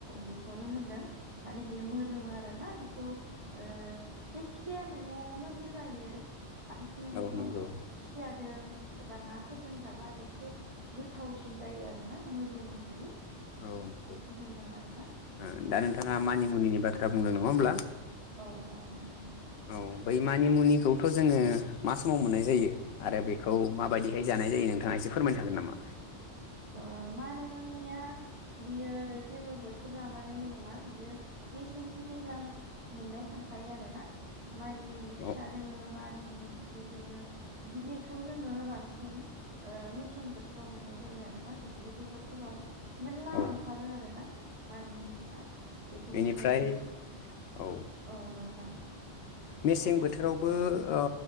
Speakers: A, on the right (about 30°); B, on the left (about 65°).
A: बेखौनो होनदों माने बेयो मोदोमो आरो ना जायखि ओ जाया मैगंआवनो होजायो। बांसिन बेखौ
B: औ नंगौ
A: खुसियादों एबा ना फोदोंजाबा एसे गोथावसिन जायो आरो ना मोदोम बियो।
B: औ नंगौ।
A: बेखौ होनदों आरोना
B: ओ दा नोंथाङा मानिमुनिनि बाथ्रा बुंदों नङा होमब्ला?
A: औ मानिमुनि।
B: औ बै मानिमुनिखौथ' जोङो मा समाव मोननाय जायो? आरो बेखौ माबायदिहाय जानाय जायो नोंथाङा एसे फोरमायनो हागोन नामा?
A: ओ मानि मुनिया बियो जेबो बो थोर लानानै नङा बियो मेसेंखि दैज्लां मोननाय थांखायो आरोना। मानि मुनि फिसा
B: औ
A: दोङो मानि मुनि गिदिर दोङो गिदिरखौ जोङो बांसिन ओ मेसें बोथोराव मोननाय जायो आ रोना दुब्लि फोथारफोराव मेरला
B: औ
A: ओंखारो आरो ना मानि मुनिया। बेखौ
B: बेनिफ्राय
A: जोङो
B: औ
A: औ नोंथां।
B: मेसें बोथोरावबो ओ